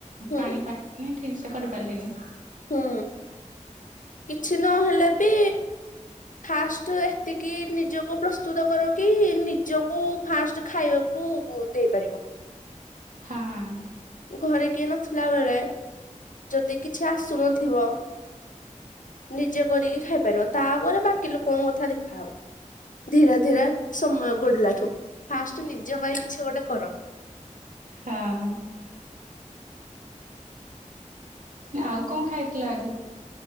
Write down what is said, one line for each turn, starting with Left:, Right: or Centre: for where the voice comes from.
Left: ହୁଁ
Right: ପାଣି <unintelligible> ଠିକ ସେ କରି ପାରିଲିନି।
Left: ହୁଁ, କିଛି ନହେଲେ ବି ଫାଷ୍ଟ ଏତିକି ନିଜକୁ ପ୍ରସ୍ତୁତ କର କି ନିଜକୁ ଫାଷ୍ଟ ଖାଇବାକୁ କୁ କୋ ଦେଇପାରିବ।
Right: ହାଁ।
Left: ଘରେ କିିଏ ନଥିଲା ବେଳେ, ଯଦି କିଛି ଆସୁନଥିବ ନିଜେ କରିକି ଖାଇପାରିବ, ତାପରେ ବାକି ଲୋକଙ୍କ କଥା ଦେଖାହବ। ଧୀରେ ଧୀରେ ସମୟ ଗୋଡିଲାଠୁ ଫାଷ୍ଟ ନିଜ ପାଇଁ କିଛି ଗୋଟେ କର।
Right: ହଁ। ଆଉ କଣ ଖାଇଥିଲ ଆଜି?